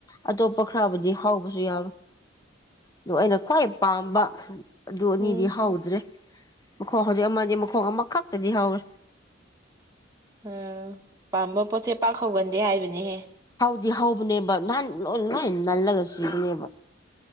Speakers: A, on the left; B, on the right.
A: ꯑꯇꯣꯞꯄ ꯈꯔꯕꯨꯗꯤ ꯍꯥꯎꯕꯁꯨ ꯌꯥꯕ ꯑꯗꯨ ꯑꯩꯅ ꯈ꯭ꯋꯥꯏ ꯄꯥꯝꯕ ꯑꯗꯨ ꯑꯅꯤꯗꯤ
B: ꯎꯝ
A: ꯗ꯭ꯔꯦ ꯃꯈꯣꯡ ꯍꯧꯖꯤꯛ ꯑꯃꯗꯤ ꯃꯈꯣꯡ ꯑꯃꯈꯛꯇꯗꯤ ꯍꯧꯋꯦ
B: ꯎꯝ ꯄꯥꯝꯕ ꯄꯣꯠꯁꯦ ꯄꯥꯛ ꯍꯧꯒꯗꯦ ꯍꯥꯏ ꯑ
A: ꯗꯤ ꯍꯧꯕꯅꯦꯕ ꯅꯍꯥꯟ ꯅꯜꯒꯁꯤ ꯁꯤꯖꯤꯕꯅꯦꯕ